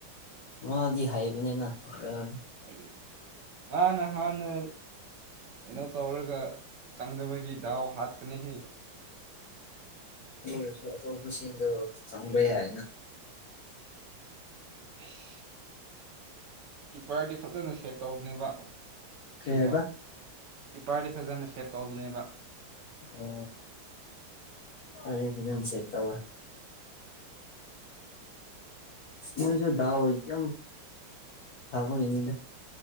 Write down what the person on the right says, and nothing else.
ꯑꯩ ꯃꯥꯅ ꯍꯥꯟꯅ ꯀꯩꯅꯣ ꯇꯧꯔꯒ ꯆꯪꯗꯕꯒꯤ ꯗꯥꯎ ꯍꯥꯠꯄꯅꯦ ꯍꯦ
ꯏꯁ ꯀꯤꯞꯄ꯭ꯔꯗꯤ ꯐꯖꯅ ꯁꯦꯞ ꯇꯧꯕꯅꯦꯕ
ꯁꯤꯗꯣ
ꯀꯤꯞꯄꯔꯗꯤ ꯐꯖꯅ ꯁꯦꯞ ꯇꯧꯕꯅꯦꯕ